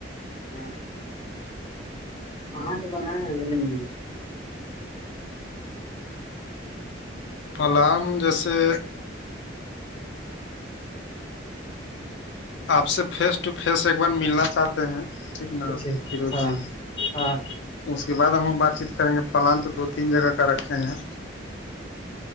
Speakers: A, on the left (about 25°); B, on the left (about 75°).
A: ہ ہاں کپ ن ج می
B: پلانگ جیسے آپ سے فیس ٹو فیس ایک بار ملنا چاہتے ہیں ٹھیک ن
A: اچھا
B: فیروز
A: ہاں
B: جی
A: ہاں
B: اس کے بعد ہم لوگ بات چیت کریں گے پلان تو دو تین جگہ کا رکھے ہیں